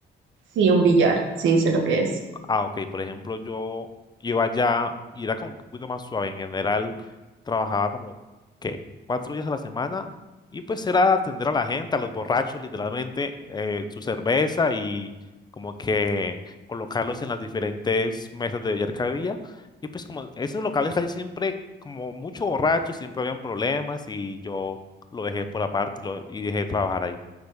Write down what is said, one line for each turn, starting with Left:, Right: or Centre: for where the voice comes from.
Right: Sí, un billar, sí, sé lo que es.
Left: Ah, ok. Por ejemplo, yo iba allá y era como que un poquito más suave. En general, trabajaba como que cuatro días a la semana y pues era atender a la gente, a los borrachos, literalmente, eh, su cerveza y como que colocarlos en las diferentes mesas de billar que había. Y pues como esos locales casi siempre, como mucho borrachos, siempre habían problemas y yo lo dejé por aparte y, lo- y dejé de trabajar ahí.